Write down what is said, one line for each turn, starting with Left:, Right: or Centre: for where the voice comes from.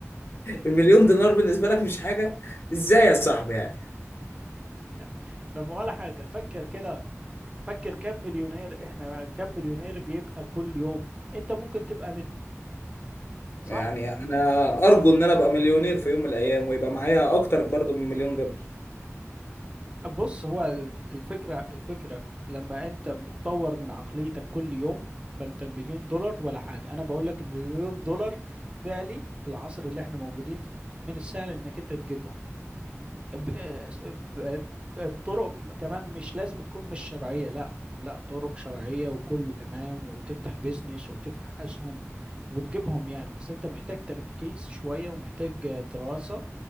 Left: المليون دينار بالنسبه لك مش حاجه ازاي يا صاحبي يعني
Right: <laughs> طب ما ولا حاجة فكر كده فكر كم مليونير احنا كم مليونير بيبقى كل يوم انت ممكن تبقى منهم صح
Left: يعني انا ارجو ان انا ابقى مليونير في يوم من الايام ويبقى معايا اكتر برضو من مليون دولار
Right: بص هو الف- الفكرة الفكرة لما انت بتطور من عقليتك كل يوم فانت المليون دولار ولا حاجة انا بقول لك المليون دولار فعلي في العصر اللي احنا موجودين فيه من السهل انك انت تجيبهم ب... ب... بطرق كمان مش لازم تكون مش شرعية لا لا طرق شرعية وكله تمام وتفتح بيزنس وتفتح أسهم وتجيبهم يعني بس أنت محتاج تركيز شوية ومحتاج دراسة